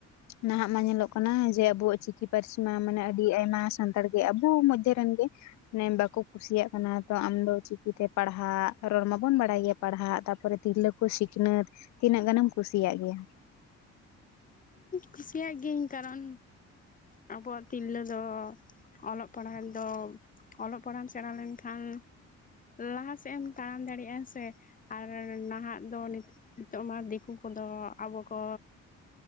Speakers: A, on the left; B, on the left.
A: ᱱᱟᱦᱟᱜ ᱢᱟ ᱧᱮᱞᱚᱜ ᱠᱟᱱᱟ ᱡᱮ ᱟᱵᱚᱣᱟᱜ ᱪᱤᱠᱤ ᱯᱟᱹᱨᱥᱤ ᱢᱟ ᱢᱟᱱᱮ ᱟᱹᱰᱤ ᱟᱭᱢᱟ ᱥᱟᱱᱛᱟᱲ ᱜᱮ ᱟᱵᱚ ᱢᱚᱫᱽᱫᱷᱮ ᱨᱮᱱ ᱜᱮ ᱢᱟᱱᱮ ᱵᱟᱠᱚ ᱠᱩᱥᱤᱭᱟᱜ ᱠᱟᱱᱟ ᱛᱚ ᱟᱢᱫᱚ ᱪᱤᱠᱤᱛᱮ ᱯᱟᱲᱦᱟᱜ ᱨᱚᱲ ᱢᱟᱵᱚᱱ ᱵᱟᱲᱟᱭ ᱜᱮᱭᱟ ᱯᱟᱲᱦᱟᱜ ᱛᱟᱯᱚᱨᱮ ᱛᱤᱨᱞᱟᱹ ᱠᱚ ᱥᱤᱠᱷᱱᱟᱹᱛ ᱛᱤᱱᱟᱹᱜ ᱜᱟᱱᱮᱢ ᱠᱩᱥᱤᱭᱟᱜ ᱜᱮᱭᱟ?
B: ᱠᱩᱥᱤᱭᱟᱜ ᱜᱤᱭᱟᱹᱧ ᱠᱟᱨᱚᱱ ᱟᱵᱚᱣᱟᱜ ᱛᱤᱨᱞᱟᱹ ᱫᱚ ᱚᱞᱚᱜ ᱯᱟᱲᱦᱟᱜ ᱫᱚ ᱚᱞᱚᱜ ᱯᱟᱲᱦᱟᱜ ᱮᱢ ᱥᱮᱬᱟ ᱞᱮᱱᱠᱷᱟᱱ ᱞᱟᱦᱟᱥᱮᱜ ᱮᱢ ᱛᱟᱲᱟᱢ ᱫᱟᱲᱮᱭᱟᱜᱼᱟ ᱥᱮ ᱟᱨ ᱱᱟᱦᱟᱜ ᱫᱚ ᱱᱤᱛ ᱱᱤᱛᱚᱜ ᱢᱟ ᱫᱮᱠᱩ ᱠᱚᱫᱚ ᱟᱵᱚ ᱠᱚ